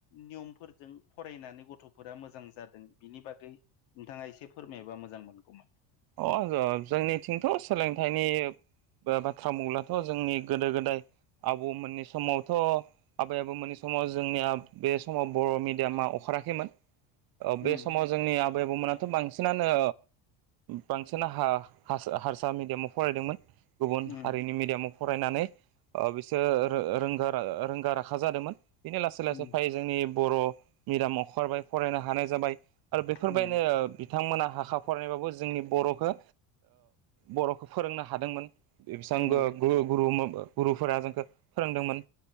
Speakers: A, on the left; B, on the right.
A: नियमफोरजों फरायनानै गथ'फोरा मोजां जादों बिनि बागै नोंथाङा एसे फोरमायबा मोजां मोनगौमोन।
B: अ जोंनिथिंथ' सोलोंथाइनि बाथ्रा बुंब्लाथ' जोंनि गोदो- गोदाय आबौमोननि समावथ' आबै आबौमोननि समाव जोंनिया बे समाव बर' मिडियामा अखा फेराखैमोन
A: उम
B: बे समाव जोंनि आबै आबौमोनाथ' बांसिनानो बांसिन हारसा मिडियामाव फरायदोंमोन गुबुन
A: उम
B: हारिनि मिडियामाव फरायनानै बिसोर रोंग रोंखा राखा जादोंमोन। बिदिनो लासै लासै
A: उम
B: फै जोंनि बर' मिडयामाव ओखारबाय फरायनो हानाय जाबाय। आरो बेफोरबायदिनो
A: उम
B: बिथांमोना हारसा फरायनानैबाबो जोंनि बर'खौ बर'खौ फोरोंनो हादोंमोन बेसेबां
A: उम
B: गुरु गुरुफोरा जोंखौ फोरोंदोंमोन